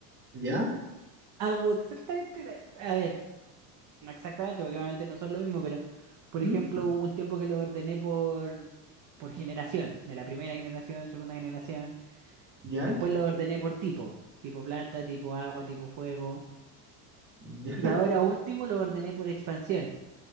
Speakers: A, on the right; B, on the right.
A: ¿Ya?
B: hago exactamente, la- a ver, no exactamente, porque obviamente no son lo mismo, pero por
A: ¿Mm?
B: ejemplo hubo un tiempo que lo ordené por, por generación, de la primera generación, segunda generación,
A: ¿Ya?
B: después lo ordené por tipo, tipo planta, tipo agua, tipo fuego,
A: <laughs>
B: y ahora último lo ordené por expansión,